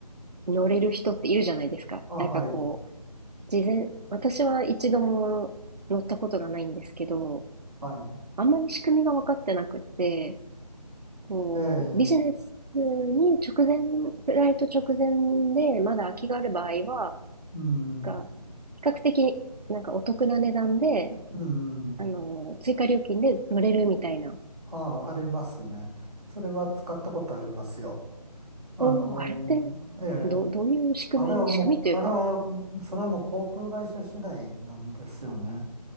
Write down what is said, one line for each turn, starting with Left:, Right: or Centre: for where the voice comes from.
Right: 乗れる人っているじゃないですか。
Centre: あ、
Right: なんかこう、
Centre: はい。
Right: 事前、私は一度も乗ったことがないんですけど、
Centre: はい。
Right: あんまり仕組みが分かってなくって、こう、
Centre: ええ
Right: ビジネスに直前、フライト直前でまだ空きがある場合は、
Centre: うん。
Right: が、比較的なんかお得な値段で、
Centre: うん。
Right: あの、追加料金で乗れるみたいな。
Centre: あ、ありますね。それは使ったことありますよ。あの
Right: おー、あれって、
Centre: ー、ええ
Right: ど、どういう仕組み、
Centre: あれはもう、
Right: 仕組みというか、
Centre: あれは、それはもう航空会社次第なんですよね。